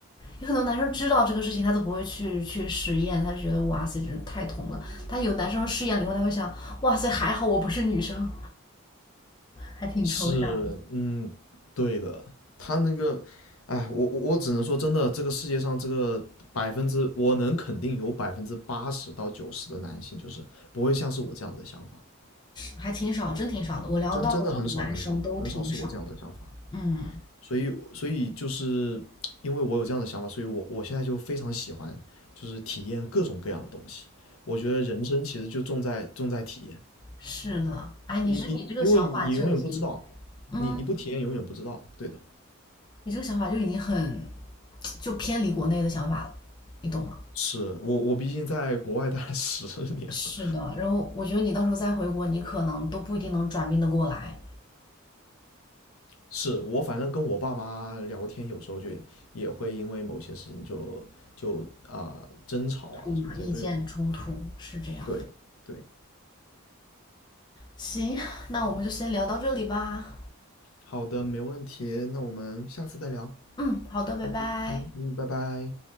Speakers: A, on the left; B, on the left.
A: 有很多男生知道这个事情，他都不会去去实验，他就觉得哇塞，这太痛了。他有男生试验了以后，他会想，哇塞，还好我不是女生，还挺抽象，
B: 是嗯对的，他那个，哎，我我我只能说真的，这个世界上这个百分之我能肯定有百分之八十到九十的男性就是不会像是我这样子的想法，
A: 还挺少，真挺少的。我聊到过的男生都挺少的。
B: 真真的很少很少很少是我这样子的想法。
A: 嗯，
B: 所以所以就是因为我有这样的想法，所以我我现在就非常喜欢，就是体验各种各样的东西。我觉得人生其实就重在重在体验，
A: 是的，哎，你是你这个想法就已经，
B: 你你因为你你永远不知道，
A: 嗯，
B: 你你不体验永远不知道，对的。
A: 你这个想法就已经很，就偏离国内的想法了，你懂吗？
B: 是我我毕竟在国外待了十年了
A: 是的，然后我觉得你到时候再回国，你可能都不一定能转变得过来，
B: 是我反正跟我爸妈聊天，有时候就也会因为某些事情就就啊、呃争吵啊什么这些都有。
A: 嗯，意见冲突是这样。
B: 对对，
A: 行，那我们就先聊到这里吧。
B: 好的，没问题，那我们下次再聊。
A: 嗯，好的，拜拜。
B: 嗯嗯嗯，拜拜。